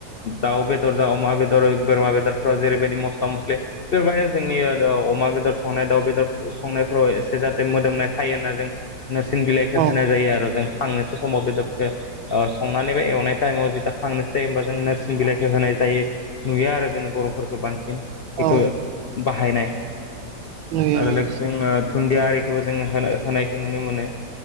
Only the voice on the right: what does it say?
औ
औ
नुयो
नुयो